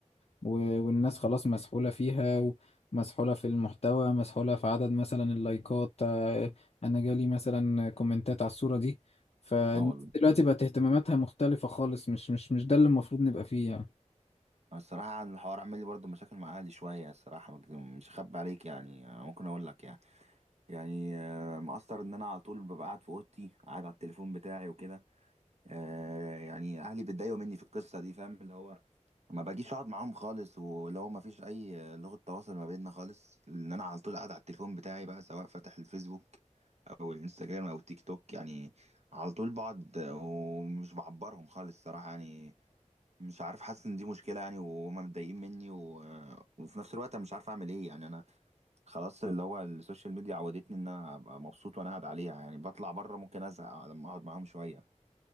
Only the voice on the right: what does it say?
اه والله
الصراحه الحوار عامل لي برضه مشاكل مع اهلي شويه الصراحه مش هخبي عليك يعني ممكن اقول لك يعني يعني آه، مقصر ان انا على طول ببقى قاعد في اوضتي قاعد على التليفون بتاعي وكده آه، يعني اهلي بيتضايقوا مني في القصه دي فاهم اللي هو ما باجيش اقعد معاهم خالص ولو ما فيش اي آه، لغه تواصل ما بيننا خالص لان انا على طول قاعد على التليفون بتاعي بقى سواء فاتح الفيسبوك او الانستجرام او التيك توك يعني على طول بقعد آه، ومش بعبرهم خالص صراحه يعني مش عارف حاسس ان دي مشكله يعني وهما متضايقين مني و... آه، وفي نفس الوقت انا مش عارف اعمل ايه يعني انا خلاص اللي هو السوشيال ميديا عودتني ان انا ابقى مبسوط وانا قاعد عليها يعني بطلع بره ممكن ازهق لما اقعد معاهم شويه